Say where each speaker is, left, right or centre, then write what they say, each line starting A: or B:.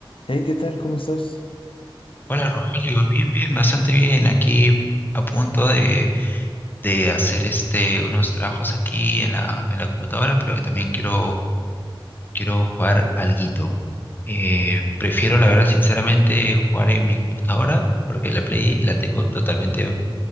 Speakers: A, on the left (about 75°); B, on the left (about 20°).
A: Hey, ¿qué tal? ¿Cómo estás?
B: Hola Rogelio, bien, bien, bastante bien. Aquí a punto de, de hacer este unos trabajos aquí en la, en la computadora, pero que también quiero, quiero jugar alguito. Eh, prefiero, la verdad, sinceramente, jugar en mi computadora, porque la Play la tengo totalmente